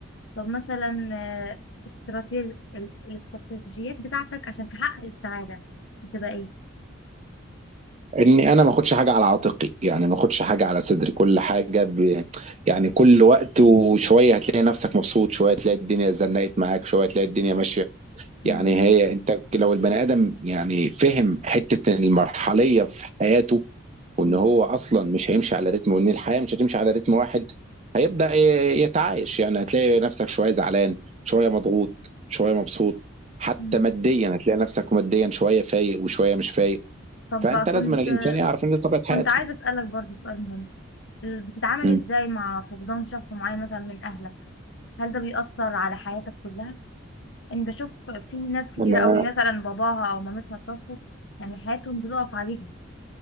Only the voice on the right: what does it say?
اني انا ما اخدش حاجه على عاتقي يعني ما اخدش حاجه على صدري كل حاجه ب... يعني كل وقت وشويه هتلاقي نفسك مبسوط شويه تلاقي الدنيا زنقت معاك شويه تلاقي الدنيا ماشيه
يعني هي انت لو البني ادم يعني فهم حته المرحليه في حياته وان
هو اصلا مش هيمشي على رتم وان الحياه مش هتمشي على رتم واحد هيبدا ي- يتعايش يعني هتلاقي نفسك شويه زعلان شويه مضغوط شويه مبسوط حتى
ماديا هتلاقي نفسك ماديا شويه فايق وشويه مش فايق
فانت لازم
أن الانسان يعرف ان دي طبيعه حياته
مم.
انا